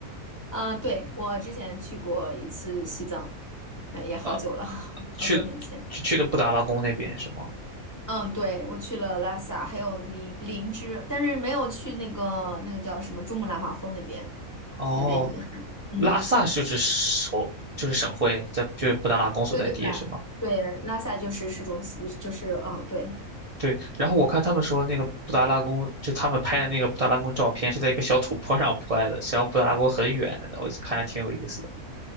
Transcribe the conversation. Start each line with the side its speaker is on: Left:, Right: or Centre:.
Left: 嗯、对，我之前去过一次西藏，那也好久了，
Right: 呃，
Left: <laughs>
Right: 去的去去的布达拉宫那边是吗？
Left: 好多年前。嗯，对，我去了拉萨，还有林林芝，但是没有去那个那个叫什么珠穆朗玛峰那边。
Right: 哦，
Left: 有点遗憾。嗯，
Right: 拉萨就是首就是省会，在就是布达拉宫所在地是吗？
Left: 对对对对，拉萨就是市中心，就是哦，对
Right: 对，然后我看他们说那个布达拉宫，就他们拍的那个布达拉宫照片是在一个小土坡上 <laughs> 拍的，实际上布达拉宫很远，我看还挺有意思的。